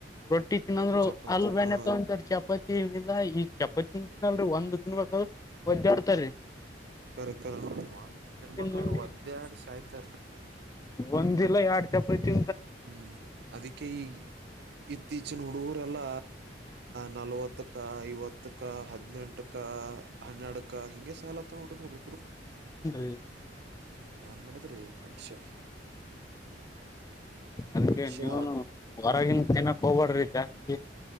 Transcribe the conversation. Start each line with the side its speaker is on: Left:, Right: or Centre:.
Left: ರೊಟ್ಟಿ ತಿನ್ನಂದ್ರು
Right: ಚಪಾತಿ
Left: ಆಲಲು ಬಾನೆ
Right: ಹಾಂ
Left: ತಗೊಂತಾರ ಚಾಪ ಪ ಏನಿಲ್ಲ ಈಗ ಚಪ್ಪತ್ತಿನ ತಿನಲ್ ಒಂದ್ ತಿನ್ಬೇಕ ಒದ್ದಾಡ್ತಾರ
Right: ಕರ್ ಕ ತಿನ್ಬಕ
Left: ಮಂದಿ
Right: ಅವ್ರ ಒದ್ದ್ಯಾಡ್ ಸಾಯ್ತರ್
Left: ಒಂದಲ್ಲ ಯಾಡ್ ಚಪಯತು
Right: ಹ್ಮ್ ಅದಿಕ್ಕೆ ಈ ಇತ್ತೀಚಿನ ಹುಡುಗರ ಲ್ಲ ನಲ್ವತ್ತಕ್ಕ ಐವತ್ತ ಕ್ಕ ಹದ್ನೆಂಟಕ ಹನ್ನೆರಡಕ್ಕ ಹಿಗೆ ಸಲತ್ತ ನೋಡ್ರಿ ಹುಡುಗರು
Left: ಹಏನ್
Right: ನ್ ಮೂಡದ ರೀ ಮನುಷ್ಯ
Left: ಅದಕ್ಕೆ
Right: ಮನುಷ್ಯ
Left: ನೀವನು ಹೊರಗಿನ ತಿನ್ನಕ್ ಹೋಗ್ಬಾಡ್ರಿ ಜಾಸ್ತಿ